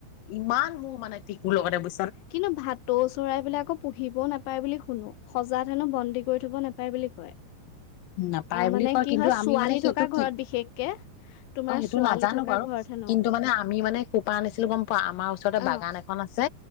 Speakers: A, on the left; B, on the left.
A: ইমান মোৰ মানে টিকুৰ মোৰ লগতে বু
B: কিন্তু, ভাতৌ চৰাইবিলাকো পুহি পুহিব নাপায় বুলি শুনো, সজাত হেনো বন্দী কৰি থ'ব নাপায় বুলি কয়।
A: নাপায়
B: অ',
A: বুলি
B: মানে
A: কয়
B: কি
A: কিন্তু
B: হয়
A: আমি
B: ছোৱালী
A: মানে সেইটো
B: থকা ঘৰত
A: কি?
B: বিশেষকে তোমাৰ
A: অ', সেইটো
B: ছোৱালী
A: নাজানো
B: থকা
A: বাৰু,
B: ঘৰত হেনো
A: কিন্তু মানে আমি মানে কোপা আনিছিলো গম পোৱা আমাৰ ওচৰতে
B: অ',
A: বাগান এখন আছে